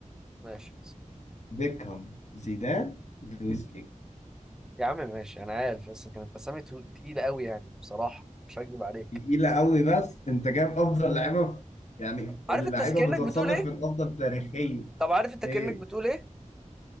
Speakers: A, in the centre; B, on the left.
A: ماشي بس.
B: بيكهام زيدان لويس
A: يا عم ماشي انا عارف بس كانت اسامي تو- تقيله قوي يعني بصراحه مش هكدب عليك
B: تقيلة قوي بس انت جايب افضل لعيبة في- يعني
A: عارف
B: اللعيبة
A: انت كانك
B: بتتصنف
A: بتقول ايه
B: من افضل تاريخيا
A: طب عارف انت
B: ايه
A: كأنك بتقول ايه